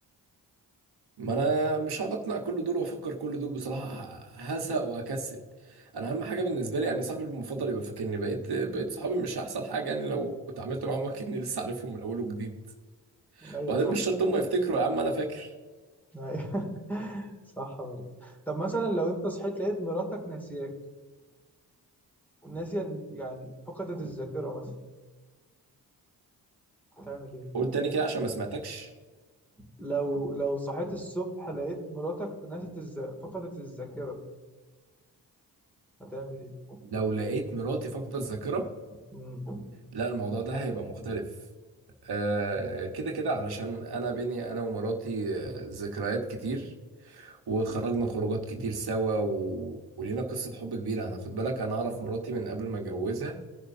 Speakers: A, on the right; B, in the centre.
A: ما انا مش هقعد اقنع كل دول وافكر كل دول بصراحه هسق وهكسل انا اهم حاجه بالنسبه لي يعني صاحبي المفضل يبقى فاكرني بقيت بقيت صحابي مش هيحصل حاجه يعني لو اتعاملت معاهم كاني لسه عارفهم من اول وجديد
B: أيوه
A: وبعدين
B: صح
A: مش شرط هم يفتكروا يا عم انا فاكر
B: أيوة. <laughs> صح برضه طب مثلا لو انت صحيت لقيت مراتك ناسياك ناسية إن- يعني فقدت الذاكرة مثلا تعمل ايه
A: قول تاني كده عشان ما سمعتكش
B: لو لو صحيت الصبح لقيت مراتك نسيت الز... فقدت الذاكرة هتعمل ايه
A: لو لقيت مراتي فاقده الذاكره
B: مم.
A: لا الموضوع ده هيبقى مختلف آه كده كده علشان انا بيني انا ومراتي آه، ذكريات كتير وخرجنا خروجات كتير سوا و... ولينا قصة حب كبيرة أنا خد بالك أنا أعرف مراتي من قبل ما أتجوزها